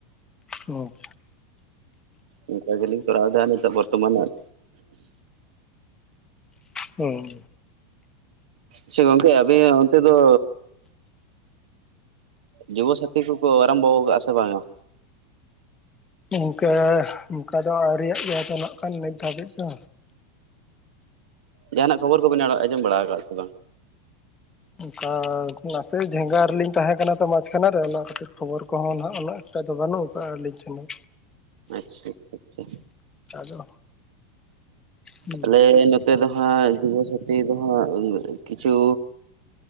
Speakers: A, on the left; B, on the right.
A: ᱚ
B: ᱚᱱᱠᱟ ᱜᱮᱞᱤᱧ ᱠᱚᱨᱟᱣ ᱫᱟ ᱱᱤᱛᱳᱜ ᱵᱚᱨᱛᱚᱢᱟᱱ ᱟᱜ
A: ᱦᱩᱸ
B: ᱟᱪᱪᱷᱟ ᱜᱚᱢᱠᱮ ᱟᱵᱤᱱ ᱚᱱᱛᱮ ᱫᱚ ᱡᱩᱵᱚᱥᱟᱛᱤ ᱠᱚᱠᱚ ᱟᱨᱟᱢᱵᱚ ᱠᱟᱜᱼᱟ ᱥᱮ ᱵᱟᱝᱼᱟ
A: ᱤᱱᱠᱟᱹ ᱚᱱᱠᱟ ᱫᱚ ᱟᱹᱣᱨᱤᱭᱟᱜ ᱜᱮᱭᱟ ᱛᱚ ᱱᱟᱜ ᱠᱷᱟᱱ ᱱᱤᱛ ᱫᱷᱟᱹᱵᱤᱡ ᱫᱚ
B: ᱡᱟᱦᱟᱱᱟᱜ ᱠᱷᱚᱵᱚᱨ ᱠᱚᱵᱮᱱ ᱟᱡᱚᱢ ᱵᱟᱲᱟ ᱠᱟᱜ ᱥᱮ ᱵᱟᱝ
A: ᱚᱱᱠᱟ ᱱᱟᱥᱮ ᱡᱷᱮᱸᱜᱟ ᱨᱮᱞᱤᱧ ᱛᱟᱦᱮᱸ ᱠᱟᱱᱟ ᱛᱚ ᱢᱟᱡᱽ ᱠᱷᱟᱱᱟ ᱨᱮ ᱚᱱᱟ ᱠᱷᱟᱹᱛᱤᱨ ᱠᱷᱚᱵᱚᱨ ᱠᱚᱦᱚᱸ ᱱᱟᱜ ᱩᱱᱟᱹᱜ <unintelligible> ᱴᱟᱜ ᱫᱚ ᱵᱟᱹᱱᱩᱜ ᱟᱠᱟᱟᱜᱼᱟ ᱟᱹᱞᱤᱧ ᱴᱷᱮᱱ
B: ᱟᱪᱪᱷᱟ ᱟᱪᱪᱷᱟ ᱟᱪᱪᱷᱟ
A: ᱚᱱᱠᱟ ᱫᱚ ᱦᱩᱸ
B: ᱟᱞᱮ ᱱᱚᱛᱮ ᱫᱚ ᱦᱟᱜ ᱡᱩᱵᱚᱥᱟᱛᱤ ᱫᱚ ᱦᱟᱜ ᱠᱤᱪᱷᱩ